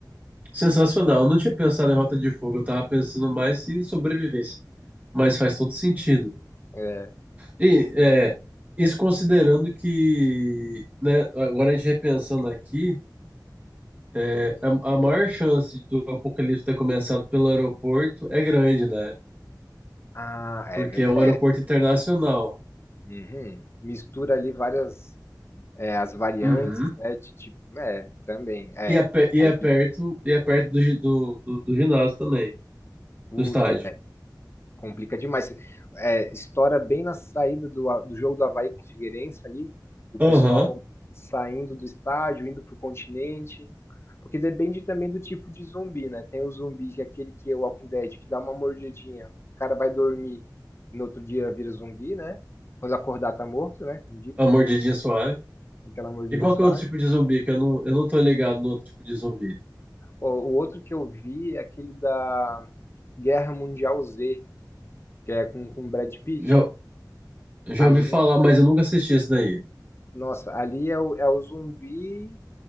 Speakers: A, on the right (about 20°); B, on the left (about 35°).
A: Sensacional. Eu não tinha pensado em Rota de Fogo, eu tava pensando mais em sobrevivência. Mas faz todo sentido.
B: É,
A: E é, isso considerando que, né, agora a gente repensando aqui, é, a, a maior chance do apocalipse ter começado pelo aeroporto é grande, né?
B: ah, é
A: Porque
B: verdade.
A: é um aeroporto internacional.
B: Uhum. Mistura ali várias, é, as variantes,
A: Uhum.
B: né, de tipo, é, também, é,
A: E é, pe- e
B: aí,
A: é perto, e é perto do, gi- do, do, do ginásio também,
B: putz,
A: do estádio.
B: Complica demais. É, estoura bem na saída do, do jogo do Avaí com o Figueirense ali. O pessoal
A: Aham,
B: saindo do estádio, indo para o continente. Porque depende também do tipo de zumbi, né? Tem o zumbi, que é aquele que é o Walking Dead, que dá uma mordidinha. O cara vai dormir, no outro dia vira zumbi, né? Quando acordar tá morto, né? Como diz,
A: A mordidinha suave.
B: aquela mordidinha
A: E qual
B: do Soares.
A: que é o outro tipo de zumbi? Que eu não, eu não tô ligado no outro tipo de zumbi.
B: O, o outro que eu vi é aquele da Guerra Mundial Z, que é com, com Brad Pitt.
A: Já, já
B: Ali
A: ouvi falar, mas eu nunca assisti esse daí.
B: Nossa, ali é o, é o zumbi